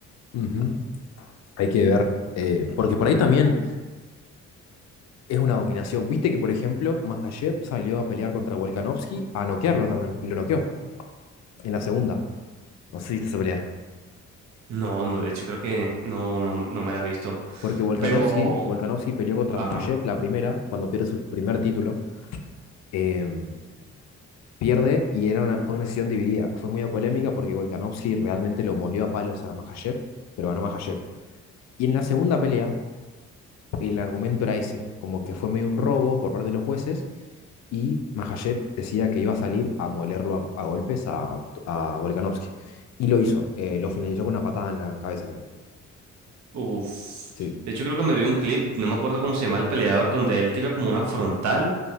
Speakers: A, on the left; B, on the right.
A: Ujú. Hay que ver. eh, porque por ahí también es una dominación. Viste que, por ejemplo, Makhachev salió a pelear contra Volkanovski a noquearlo también, y lo noqueó en la segunda. No sé si viste esa pelea.
B: No, no, de hecho creo que no, no, no me la he visto.
A: Porque Volkanovski,
B: Pero,
A: Volkanovski peleó contra
B: ajá.
A: Makhachev la primera, cuando pierde su primer título. eh, pierde y era una, fue una decisión dividida. Fue muy polémica porque Volkanovski realmente lo molió a palos a Makhachev, pero ganó Makhachev. Y en la segunda pelea, el argumento era ese, como que fue medio un robo por parte de los jueces y Makhachev decía que iba a salir a molerlo a, a golpes a, a Volkanovski. Y lo hizo, eh, lo finalizó con una patada en la cabeza, creo.
B: Uf.
A: Sí.
B: De hecho, creo que me vi un clip, no me acuerdo cómo se llama el peleador, donde él tira como una frontal